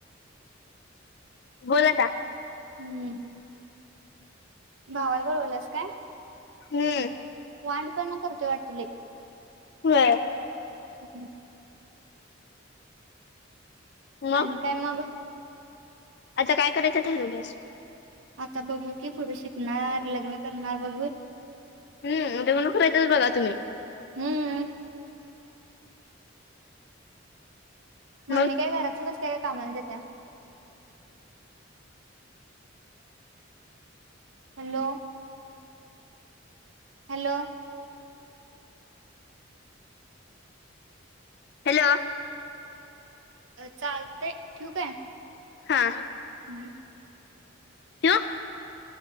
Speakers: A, on the left; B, on the right.
A: बोल आता
B: हम्म. भावाला बोलवालियास काय?
A: हम्म.
B: वांडपणा करतोय वाटतय लई!
A: व्हय.
B: हम्म <inaudible>
A: मग
B: आणि काय मग?
A: आता काय करायचं ठरवलियास?
B: आता बघू की पुढे शिकणार लग्न करणार बघू
A: हम् ते लग्न करायचच बघा तुम्ही!
B: हम्म. मम्मी
A: मग
B: काय घरातच असतिया काय? कामालजात्या हॅलो. हॅलो.
A: हॅलो.
B: अ चालतय ठेवू काय.
A: हा.
B: <unintelligible>
A: <unintelligible>